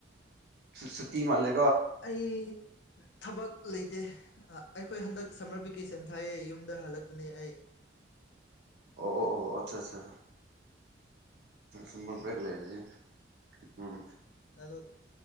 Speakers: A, on the right; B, on the left.
A: ꯁꯨꯇꯤ ꯃꯥꯜꯂꯦ
B: ꯑꯩ ꯊꯕꯛ ꯂꯩꯇꯦ ꯑꯩꯈꯣꯏ ꯍꯟꯗꯛ ꯁꯝꯃꯔ ꯚꯦꯀꯦꯁꯟ ꯊꯥꯏꯌꯦ ꯌꯨꯝꯗ ꯍꯜꯂꯛꯄꯅꯦ ꯑꯩ
A: ꯑꯣ ꯑꯣ ꯑꯣ ꯑꯆꯥ ꯑꯆꯥ
B: ꯁꯨꯇꯤꯒꯤ
A: ꯍꯥꯏꯅꯦꯝꯕ꯭ꯔꯦꯛ ꯂꯩꯔꯗꯤꯦ ꯎꯝ
B: ꯑꯗꯨ